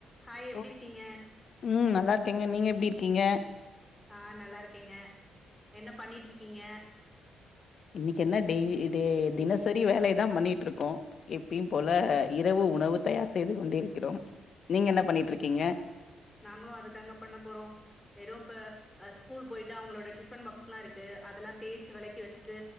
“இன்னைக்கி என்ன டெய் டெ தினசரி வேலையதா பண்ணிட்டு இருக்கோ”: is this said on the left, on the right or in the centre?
Left